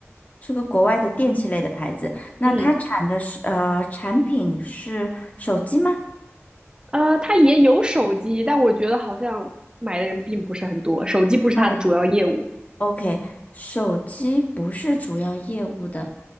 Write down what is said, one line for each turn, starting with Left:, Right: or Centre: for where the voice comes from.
Left: 是个国外的电器类的牌子，那它产的是呃产品是手机吗？
Right: 嗯，呃，它也有手机，但我觉得好像买的人并不是很多，手机不是它的主要业务。
Left: 卖 o k 手机不是主要业务的